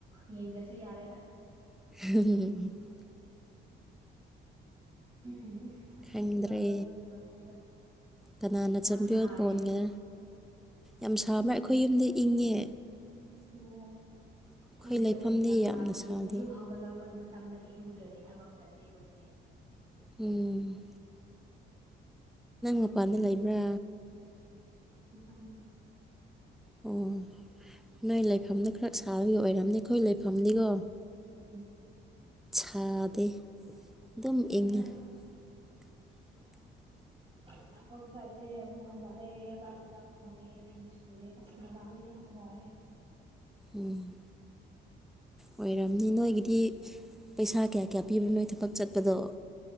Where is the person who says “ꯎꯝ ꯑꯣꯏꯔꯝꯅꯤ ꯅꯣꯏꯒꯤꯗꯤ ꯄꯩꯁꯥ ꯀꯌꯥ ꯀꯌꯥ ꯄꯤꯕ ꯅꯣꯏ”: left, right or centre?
Centre